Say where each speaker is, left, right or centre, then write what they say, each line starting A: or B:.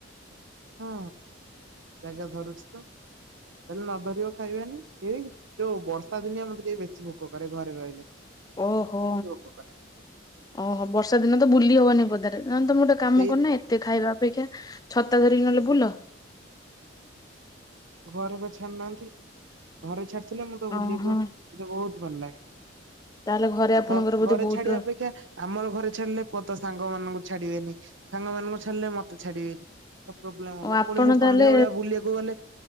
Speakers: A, on the right; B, on the left.
A: ହଁ ଜାଗା ଧରୁଛି ତ। ତାହେଲେ ନ ଧରିବ ଖାଇବାନି ଏଇଏ ଯୋଉ ବର୍ଷା ଦିନିଆ ମତେ ଟିକେ ବେଶୀ ଭୋକ କରେ ଘରେ ରହିଲେ।
B: ଓହୋ।
A: <unintelligible>
B: ଓହୋ ବର୍ଷା ଦିନ ତ ବୁଲି ହବନି ପଦାରେ ତମେ ଗୋଟେ କାମ
A: ସେଇ
B: କରୁନ ଏ ଟେ ଖାଇବା ଅପେକ୍ଷା ଛତା ଧରିକି ନହେଲେ ବୁଲ।
A: ଘରେ ବା ଛାଡୁନାହାନ୍ତି। ଘରେ ଛାଡିଥିଲେ ମୁଁ ତ ବୁଲିବାକୁ
B: ଓହୋ
A: ମତେ ବହୁତ ଭଲ ଲାଗେ।
B: ତାହେଲେ ଘରେ ଆପଣଙ୍କର
A: ଘ
B: ବୋଧେ
A: ଘରେ
B: ବହୁତ
A: ଛାଡିବା ଅପେକ୍ଷା ଆମର ଘରେ ଛାଡିଲେ ପୋ ତ ସାଙ୍ଗମାନଙ୍କୁ ଛାଡିବେନି ସାଙ୍ଗ ମାନଙ୍କୁ ଛାଡିଲେ ମତେ ଛାଡିବେନି। କ ପ୍ରୋବଲେମ୍ ହବ
B: ଓ ଆପଣ
A: ପୁଣି ମୁଁ
B: ତାହେଲେ
A: ସନ୍ଧ୍ୟାବେଳିଆ ବୁଲିବାକୁ ଗଲେ